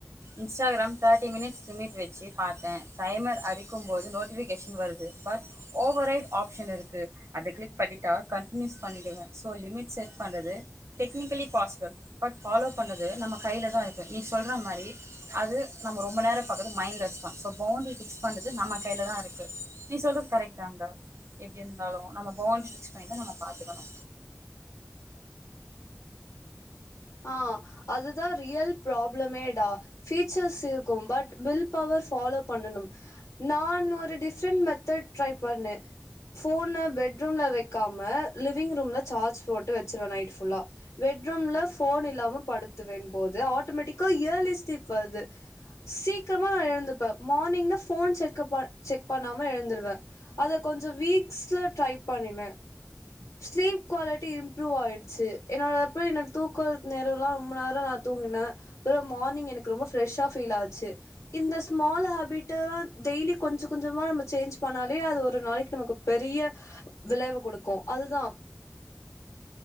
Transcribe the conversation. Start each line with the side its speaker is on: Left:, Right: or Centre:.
Right: இன்ஸ்டாகிராம் தேர்ட்டி மினிட்ஸ் லிமிட் வச்சு பாத்தேன் டைமர் அரிக்கும்போது நோட்டிஃபிகேஷன் வருது பட் ஓவரைடு ஆப்ஷன் இருக்கு அத கிளிக் பண்ணிட்டா கன்டினியூஸ் பண்ணிடுவ சோ லிமிட் செட் பண்றது டெக்னிக்கலி ஃபாசிபல் பட் ஃபாலோ பண்ணது நம்ம கையில தா இருக்கு நீ சொல்ற மாரி அது நம்ம ரொம்ப நேரோ பாக்கறது மைண்ட்லெஸ் தா சோ பவுண்ட்ரி பிக்ஸ் பண்றது நம்ம கைல தா இருக்கு நீ சொல்றது கரெக்ட தாண்டா எப்டி இருந்தாலு நம்ம பவுண்ட்ரி ஃபிக்ஸ் பண்ணிதா நம்ம பாத்துக்கணு
Left: ஆ அதுதா ரியல் ப்ராப்ளமேடா ஃபீச்சர்ஸ் இருக்கும் பட் வில் பவர் ஃபாலோ பண்ணனும் நான் ஒரு டிஃப்ரெண்ட் மெத்தட் ட்ரை பண்ண ஃபோன பெட்ரூம்ல வைக்காம லிவிங் ரூம்ல சார்ஜ் போட்டு வச்சுருவ நைட்டு ஃபுல்லா பெட்ரூம்ல ஃபோன் இல்லாம படுத்து வேன் போது ஆட்டோமேட்டிக்கா இயர்லி ஸ்லீப் வருது சீக்கமா எழுந்துப்பே மார்னிங்ல ஃபோன் செக்குப செக் பண்ணாம எழுந்தருவ அத கொஞ்சோ வீக்ஸ்ல ட்ரை பண்ணின ஸ்லீப் குவாலிட்டி இம்ப்ரூவ் ஆயிடுச்சு என்னோட அப்புறோ என்னோட தூக் நேரோலா ரொம்ப நேரோ நா தூங்கினே அப்றம் மார்னிங் எனக்கு ரொம்ப ஃப்ரெஷ்ஷா ஃபீல் ஆச்சு இந்த ஸ்மால் ஹேபிடல்லா டெய்லி கொஞ்ச கொஞ்சமா நம்ம சேஞ்ச் பண்ணாலே அது ஒரு நாளைக்கு நமக்கு பெரிய விளைவு கொடுக்கு அதுதா